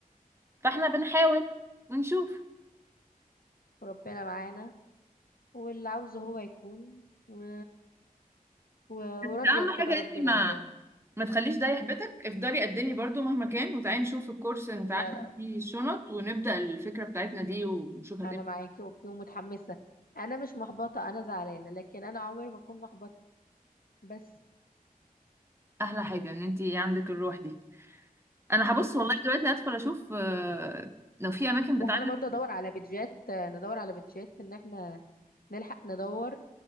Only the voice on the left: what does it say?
وربنا معانا واللي عاوزه هو يكون و... و...
وراضية
بقضاء
ربنا
والله
لا لا
أنا
معاكي أوكي ومتحمسة أنا مش محبطة أنا زعلانة لكن أنا عمري ما أكون محبطة بس
بس
وأنا برضه أدور على بيدجات ندور على بيدجات إن إحنا نلحق ندور